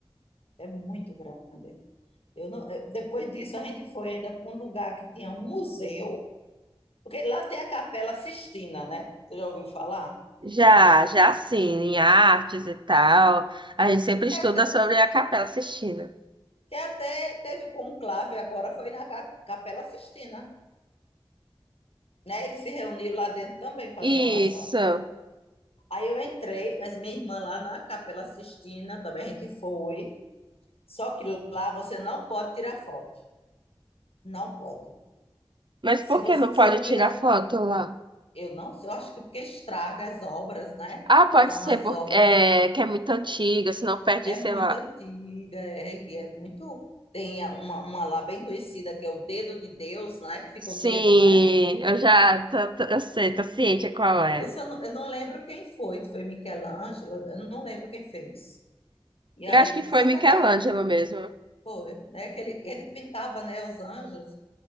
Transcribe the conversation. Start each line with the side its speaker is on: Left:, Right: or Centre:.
Left: é muito grande. Eu não- eh, depois disso, a gente foi ainda para um lugar que tinha um museu, porque lá tem a Capela Sistina, né? Você já ouviu falar?
Right: Já, já assim, em artes e tal. A gente sempre
Left: Que
Right: estuda
Left: até,
Right: sobre a Capela Sistina.
Left: que até teve conclave agora, foi na Ca- Capela Sistina, né? Eles se reuniram lá dentro também fazer
Right: Isso.
Left: oração. Aí eu entrei, mas minha irmã lá na Capela Sistina também a gente foi. Só que lá você não pode tirar foto. Não pode.
Right: Mas
Left: Se
Right: por
Left: você
Right: que não pode tirar
Left: tira,
Right: foto lá?
Left: eu não sei, eu acho que porque estraga as obras, né?
Right: Ah, pode
Left: São
Right: ser
Left: as
Right: porque
Left: obras
Right: é, que é muito antiga, senão perde,
Left: É
Right: sei
Left: muito
Right: lá.
Left: antiga, é, e é muito. Tem a- uma, uma lá bem conhecida, que é o Dedo de Deus, né? Que fica
Right: Sim,
Left: o dedo, né?
Right: eu já tô- tô- eu sei, tô ciente qual é.
Left: Esse eu não, eu não lembro quem foi, se foi Michelangelo, eu não lembro quem fez. E
Right: Eu
Left: aí,
Right: acho que
Left: e
Right: foi
Left: só
Right: Michelangelo
Left: que a, ca-
Right: mesmo.
Left: foi, né? Que ele, que ele pintava, né? Os anjos.